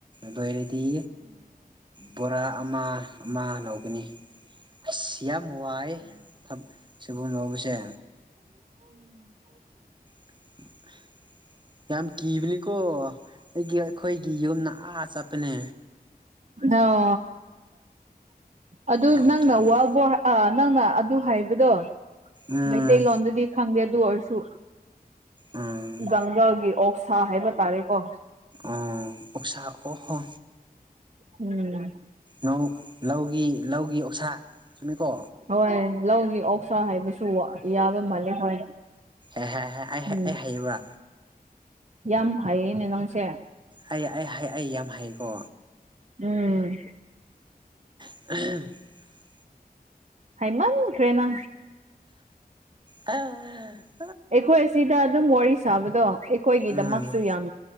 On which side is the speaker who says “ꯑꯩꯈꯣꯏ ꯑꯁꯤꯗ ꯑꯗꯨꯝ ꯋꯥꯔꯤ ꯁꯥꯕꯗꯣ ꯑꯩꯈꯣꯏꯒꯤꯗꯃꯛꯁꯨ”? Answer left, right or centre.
Right